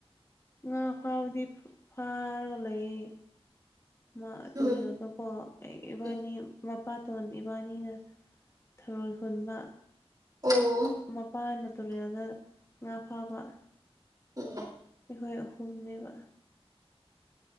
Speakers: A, on the left; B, on the right.
A: ꯉꯥ ꯐꯥꯕꯗꯤ ꯐꯥꯔꯒ ꯂꯩꯌꯦ ꯃꯥ ꯇꯨꯔꯦꯜꯒ
B: ꯎꯝ
A: ꯀꯣ ꯏꯕꯥꯅꯤ
B: ꯎꯝ
A: ꯃꯄꯥ ꯇꯣꯟ ꯏꯕꯥꯅꯤꯅ ꯊꯔꯣꯏ ꯈꯨꯟꯕ
B: ꯑꯣ
A: ꯃꯄꯥꯅ ꯇꯔꯤꯌꯥꯗ ꯉꯥ ꯐꯥꯕ
B: ꯎꯝ
A: ꯑꯩꯈꯣꯏ ꯑꯍꯨꯝꯅꯦꯕ